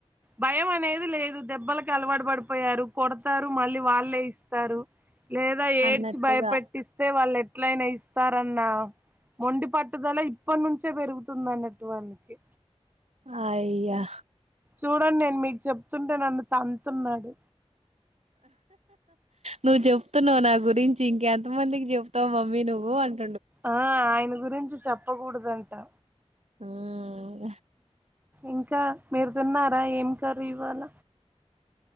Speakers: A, on the right; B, on the right.
A: భయం అనేది లేదు దెబ్బలలకు అలవాటు పడిపోయారు కొడతారు మళ్ళీ వాళ్ళే ఇస్తారు లేదా ఏడ్చి
B: అన్నట్టుగా
A: భయపెట్టిస్తే వాళ్ళు ఎ ఎట్లయినా ఇస్తారన్న మొండి పట్టుదల ఇప్పటి నుంచే పెరుగుతుంది వస్తుందన్నట్టు వాళ్ళకి
B: అయ్యా
A: చూడండి నేను మీకు చెప్తుంటే నన్ను తంతునాడు
B: నువ్వు చెప్తున్నావు నా గురించి ఇంకెంత మందికి చెప్తావు మమ్మీ నువ్వు అంటే
A: ఆ ఆయన గురించి చెప్పకూడదు అంటా
B: ఉమ్
A: ఇంకా మీరు తిన్నారా ఏం కర్రీ ఇవాళ